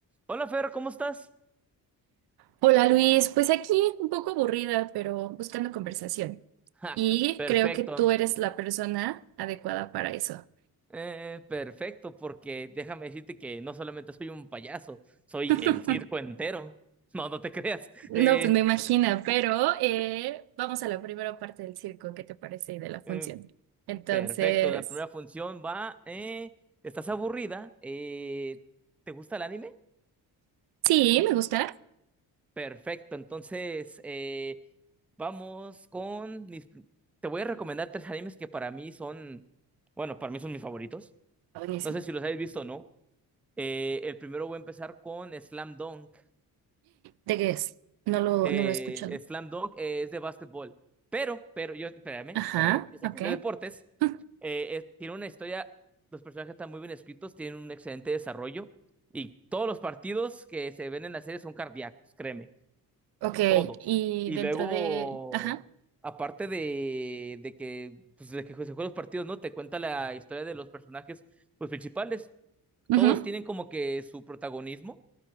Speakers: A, in the centre; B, on the right.
A: Hola Fer, ¿cómo estás?
B: Hola Luis, pues aquí un poco aburrida, pero buscando conversación.
A: Ja,
B: Y
A: perfecto.
B: creo que tú eres la persona adecuada para eso.
A: Eh, perfecto, porque déjame decirte que no solamente soy un payaso, soy
B: <laughs>
A: el circo entero. <laughs> No, no te creas.
B: No,
A: Eh,
B: pues me imagino, pero eh, vamos a la primera parte del circo, ¿qué te parece? Y de la función.
A: eh,
B: Entonces,
A: perfecto, la primera función va. eh, ¿estás aburrida? Eh, ¿te gusta el anime?
B: sí, me gusta. Está
A: Perfecto, entonces eh, vamos con mis... Te voy a recomendar tres animes que para mí son, bueno, para mí son mis favoritos.
B: Buenísimo.
A: No sé si los habéis visto o no. Eh, el primero voy a empezar con Slam Dunk.
B: ¿De qué es? No lo,
A: Eh,
B: no lo he escuchado.
A: Slam Dunk eh, es de básquetbol, pero, pero, yo, espérame,
B: Ajá,
A: espérame, yo sé
B: ok.
A: que es de deportes.
B: <laughs>
A: Eh, eh, tiene una historia, los personajes están muy bien escritos, tienen un excelente desarrollo y todos los partidos que se ven en la serie son cardíacos, créeme,
B: Ok,
A: todos.
B: y
A: Y
B: dentro
A: luego,
B: de... Ajá.
A: aparte de, de que, pues, de que se juegan los partidos, ¿no? Te cuenta la historia de los personajes pues, principales.
B: ujú.
A: Todos tienen como que su protagonismo